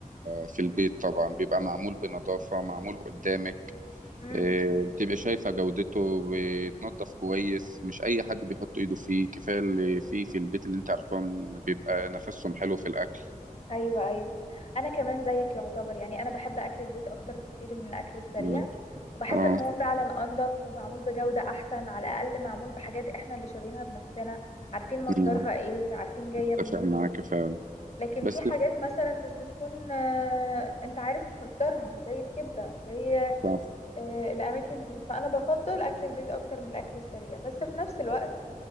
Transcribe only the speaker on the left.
مم.
ايوه ايوه انا كمان زيك يعتبر يعني انا بحب اكل البيت اكتر بكتير من الاكل السريع
وبحس
ان هو فعلا انضف ومعمول بجودة احسن على الاقل معمول بحاجات احنا اللي شارينها بنفسنا عارفين مصدرها
ايه عارفين جاية منين
لكن
في حاجات مثلا مش بتكون آه، انت عارف مصدرها زي الكبدة زي
آه، الاماكن دي فانا بفضل اكل البيت اكتر من الاكل السريع بس في نفس الوقت